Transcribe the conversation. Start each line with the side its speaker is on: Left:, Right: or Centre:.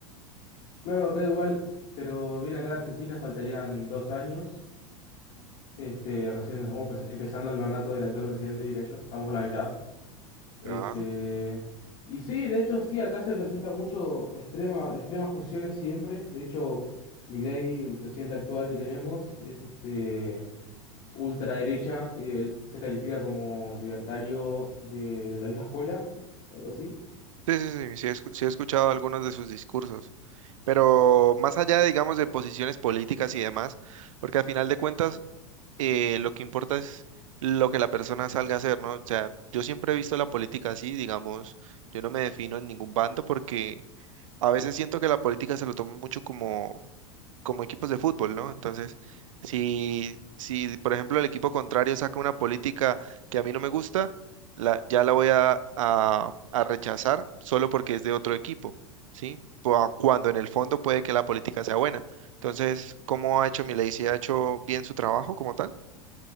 Left: Claro, acá igual, pero bien acá en Argentina faltarían dos años. Este, recién estamos empe- empezando el mandato del actual presidente, diré yo. Estamos por la mitad. Este...
Right: Ah,
Left: Y sí, de hecho, sí, acá se presenta mucho extrema, extremas posiciones siempre. De hecho, Milei, el presidente actual que tenemos, es este ultraderecha, eh, se califica como libertario de la vieja escuela, algo así.
Right: Sí, sí, sí, sí he, escu- sí he escuchado algunos de sus discursos, pero más allá, digamos, de posiciones políticas y demás, porque al final de cuentas eh, lo que importa es lo que la persona salga a hacer, ¿no? O sea, yo siempre he visto la política así, digamos, yo no me defino en ningún bando porque a veces siento que la política se lo toma mucho como, como equipos de fútbol, ¿no? Entonces, si, si, por ejemplo, el equipo contrario saca una política que a mí no me gusta, la, ya la voy a, a, a rechazar solo porque es de otro equipo, ¿sí? Cua- Cuando en el fondo puede que la política sea buena. Entonces, ¿cómo ha hecho Milei? ¿Si ha hecho bien su trabajo como tal?